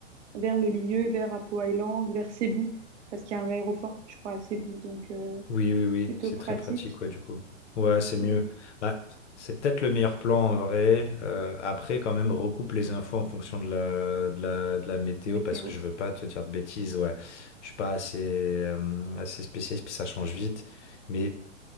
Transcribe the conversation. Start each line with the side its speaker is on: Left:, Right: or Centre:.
Right: vers le milieu vers Apo Island vers Cebu parce qu'il y a un aéroport je crois à Cebu donc euh,
Left: Oui, oui, oui,
Right: plutôt
Left: c'est
Right: pratique
Left: très pratique, ouais, du coup. Ouais, c'est mieux.
Right: Euh,
Left: Bah, c'est peut-être le meilleur plan en vrai. Euh, après, quand même, recoupe les infos en fonction de la, de la, de la météo
Right: météo
Left: parce que je veux pas te dire de bêtises. Ouais, je suis pas assez, euh, assez spécialiste, puis ça change vite. Mais